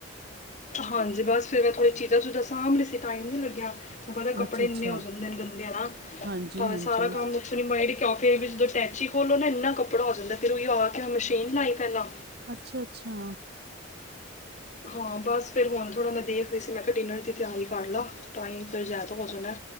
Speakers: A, on the left; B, on the right.
A: ਹਾਂਜੀ, ਬਸ ਫਿਰ ਮੈਂ ਥੋੜੀ ਚੀਜ਼ਾਂ-ਚੁਜਾਂ ਸਾਂਭ ਰਹੀ ਸੀ। ਟਾਈਮ ਨੀ ਲੱਗਿਆ, ਮੈਨੂੰ ਪਤਾ ਕੱਪੜੇ
B: ਅੱਛਾ ਅੱਛਾ
A: ਇੰਨੇ ਹੋ ਜਾਂਦੇਨ ਗੰਦੇ ਹਨਾ,
B: ਹਾਂਜੀ
A: ਭਾਵੇਂ
B: ਹਾਂਜੀ
A: ਸਾਰਾ ਕੰਮ ਰੀਮਾਈਰੀ ਕਾਫੀ ਐ ਵੀ ਜਦੋਂ ਟੈਚੀ ਖੋਲੋ ਨਾ ਇੰਨਾ ਕੱਪੜਾ ਹੋ ਜਾਂਦੈ, ਫੇਰ ਓਹੀਓ ਆਕੇ ਮਸ਼ੀਨ ਲਾਈ ਪੈਲਾਂ।
B: ਅੱਛਾ-ਅੱਛਾ।
A: ਹਾਂ, ਬਸ ਫੇਰ ਹੁਣ ਥੋੜ੍ਹਾ ਮੈਂ ਦੇਖ ਰਹੀ ਸੀ, ਮੈਂ ਕਿਆ ਡਿਨਰ ਦੀ ਤਿਆਰੀ ਕਰਲਾ। ਟਾਈਮ ਫਿਰ ਜਾਦ ਹੋ ਜਾਨੈ।